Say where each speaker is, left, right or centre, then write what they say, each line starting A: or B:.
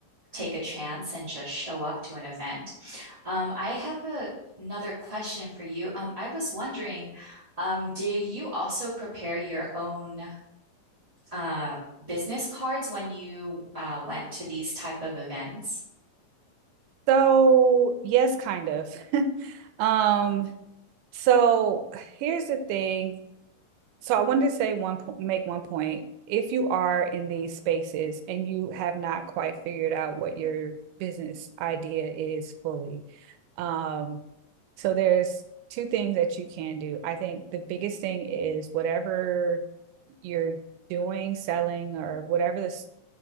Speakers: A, on the right; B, on the right.
A: take a chance and just show up to an event. Um, I have a, another question for you. Um, I was wondering, um, do you also prepare your own uh, business cards when you uh, went to these type of events?
B: So yes, kind of. <laughs> um So here's the thing. So I wanted to say one po- make one point. If you are in these spaces and you have not quite figured out what your business idea is fully, um, so there's two things that you can do. I think the biggest thing is whatever you're doing, selling, or whatever this